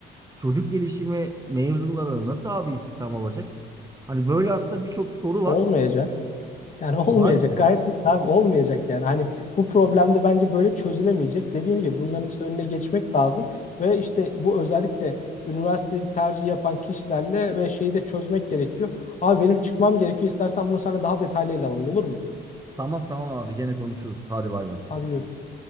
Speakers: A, on the right (about 15°); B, on the left (about 40°).
A: çocuk gelişimi mezunlarına nasıl abi istihdam olacak? Hani böyle aslında birçok soru var.
B: Olmayacak. Yani olmayacak.
A: Maalesef.
B: Gayet net abi olmayacak yani. Hani bu problem de bence böyle çözülemeyecek. Dediğim gibi bunların işte önüne geçmek lazım ve işte bu özellikle üniversite tercih yapan kişilerle ve şeyi de çözmek gerekiyor. Abi benim çıkmam gerekiyor. İstersen bunu sana daha detaylı ele alalım olur mu?
A: Tamam tamam abi gene konuşuruz. Hadi bay bay.
B: Hadi görüşürüz.